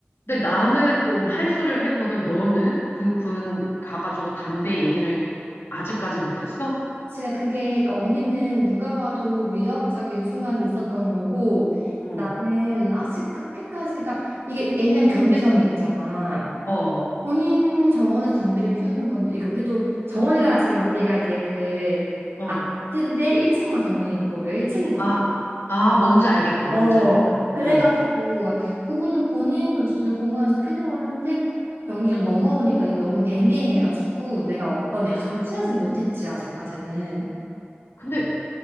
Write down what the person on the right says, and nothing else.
어,
제가 그게 그러니까 언니는 누가 봐도 위협적인 순간이 있었던 거고
나는 아직 그렇게까지 가 이게 애매한 경계선에 있잖아.
본인 정원에서 담배를 피우는 건데 그러니까 우리도 정원이라 하지만 우리가 이제 그
아파트인데 1층만 정원이 있는 거 우리가 1층이거든
어,
그래가지고
그분은 본인 어쨌든 공항에서 피는공을 하는데 연기가 넘어오니까 이게 너무 애매해가지고 내가 어떤
액션을 취하진 못했지 아직까지는.